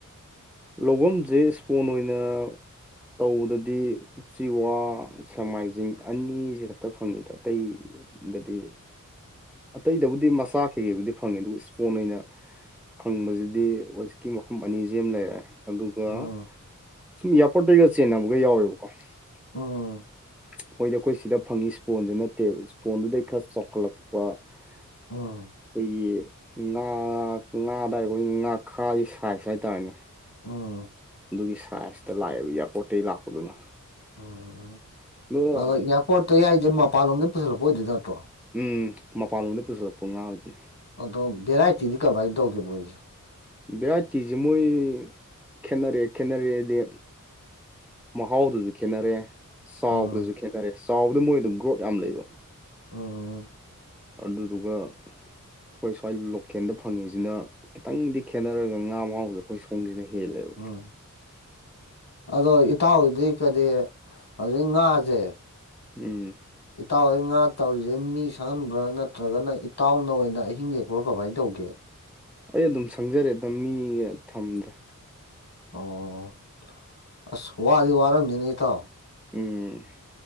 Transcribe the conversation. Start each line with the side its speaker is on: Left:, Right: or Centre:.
Centre: ꯂꯧꯐꯝꯁꯦ ꯏꯁꯄꯣꯟ ꯑꯣꯏꯅ ꯇꯧꯕꯗꯗꯤ ꯎꯆꯤꯋꯥ ꯁꯦꯡꯃꯥꯏꯖꯤꯡ ꯑꯅꯤꯁꯤ ꯈꯛꯇ ꯐꯪꯉꯤꯗ ꯑꯇꯩ ꯗꯗꯤ ꯑꯇꯩꯗꯕꯨꯗꯤ ꯃꯆꯥ ꯀꯩꯀꯩꯕꯨꯗꯤ ꯐꯪꯉꯦ ꯑꯗꯨꯒ ꯏꯁꯄꯣꯟ ꯑꯣꯏꯅ ꯐꯪꯕꯁꯤꯗꯤ ꯋꯦꯁꯀꯤ ꯃꯐꯝ ꯑꯅꯤꯁꯤ ꯑꯃ ꯂꯩꯔꯦ ꯑꯗꯨꯒ
Left: ꯎꯝ
Centre: ꯁꯨꯝ ꯏꯌꯥꯔꯄꯣꯔꯠꯇꯒ ꯆꯦꯟꯅꯕꯒ ꯌꯥꯎꯋꯦꯕꯀꯣ
Left: ꯎꯝ
Centre: <inaudible> ꯃꯣꯏꯗꯤ ꯑꯩꯈꯣꯏ ꯁꯤꯗ ꯐꯪꯉꯤ ꯏꯁꯄꯣꯟꯁ ꯅꯠꯇꯦ ꯏꯁꯄꯣꯟꯗꯨꯗꯩ ꯈꯔ ꯆꯥꯎꯈꯠꯂꯛꯄ <inaudible> ꯑꯩꯈꯣꯏꯒꯤ
Left: ꯎꯝ
Centre: ꯉꯥ ꯉꯥꯗ ꯍꯥꯏꯔ ꯑꯩꯈꯣꯏꯒꯤ ꯉꯥꯈꯥꯒꯤ ꯁꯥꯏꯖ ꯍꯥꯏꯇꯥꯔꯦꯅꯦ
Left: ꯎꯝ
Centre: ꯑꯗꯨꯒꯤ ꯁꯥꯏꯖꯇ ꯂꯥꯛꯑꯦ ꯑꯗꯨ ꯏꯌꯥꯔꯄꯣꯔꯠꯇꯒꯤ ꯂꯥꯛꯄꯗꯨꯅ
Left: ꯎꯝ
Centre: ꯑꯗꯨꯒ
Left: ꯑꯗꯣ ꯏꯌꯥꯔꯄꯣꯔꯠꯇ ꯌꯥꯏꯁꯦ ꯃꯄꯥꯟꯂꯣꯝꯗꯒꯤꯩ ꯄꯨꯁꯤꯜꯂꯛꯄ ꯑꯣꯏꯗꯣꯏ ꯅꯠꯇ꯭ꯔꯣ
Centre: ꯎꯝ ꯃꯄꯥꯟꯂꯣꯝꯗ ꯄꯨꯁꯤꯜꯂꯛꯄ ꯉꯥꯡ ꯑꯣꯏꯔꯤꯗꯨꯅꯤ
Left: ꯑꯗꯣ ꯚꯦꯔꯥꯏꯇꯤꯗꯤ ꯀꯃꯥꯏꯅ ꯇꯧꯒꯦ ꯃꯣꯏꯁꯦ
Centre: ꯚꯦꯔꯥꯇꯤꯁꯦ ꯃꯣꯏ ꯈꯦꯅꯔꯛꯑꯦ ꯈꯦꯠꯅꯔꯛꯑꯦꯗꯤ ꯃꯍꯥꯎꯗꯨꯁꯨ ꯈꯦꯅꯔꯦ ꯆꯥꯎꯕꯗꯁꯨ
Left: ꯎꯝ
Centre: ꯈꯦꯠꯅꯔꯦ ꯆꯥꯎꯕꯗ ꯃꯣꯏꯗ ꯒ꯭ꯔꯣꯠ ꯌꯥꯝ ꯂꯩꯕ
Left: ꯑꯣ
Centre: ꯑꯗꯨꯂꯗꯨꯒ ꯑꯩꯈꯣꯏ ꯁ꯭ꯋꯥꯏ ꯂꯣꯀꯦꯜꯗ ꯐꯪꯉꯤꯁꯤꯅ ꯈꯤꯇꯪꯗꯤ ꯈꯦꯠꯅꯔꯒ ꯉꯥ ꯃꯍꯥꯎꯁꯦ ꯑꯩꯈꯣꯏ ꯁꯣꯡꯁꯤꯟꯅꯩ ꯍ ꯂꯩꯦꯕ
Left: ꯎꯝ ꯑꯗꯣ ꯏꯇꯥꯎꯗꯤ ꯀꯔꯤ ꯍꯧꯖꯤꯛ ꯉꯥꯁꯦ
Centre: ꯎꯝ
Left: ꯏꯇꯥꯎꯍꯣꯏ ꯉꯥ ꯇꯧꯔꯤꯁꯦ ꯃꯤ ꯁꯛꯍꯟꯕ꯭ꯔꯥ ꯅꯠꯇ꯭ꯔꯒꯅ ꯏꯇꯥꯎꯅ ꯑꯣꯏꯅ ꯑꯍꯤꯡ ꯂꯦꯛꯄ꯭ꯔꯣ ꯀꯃꯥꯏꯅ ꯇꯧꯒꯦ
Centre: ꯑꯩ ꯑꯗꯨꯝ ꯁꯪꯖꯔꯦꯗ ꯃꯤꯒ ꯊꯝꯗ꯭ꯔꯦ
Left: ꯑꯣ ꯑ ꯍꯕ ꯑꯗꯨꯗꯤ ꯋꯥꯔ ꯅꯅꯦꯇꯥꯎ
Centre: ꯎꯝ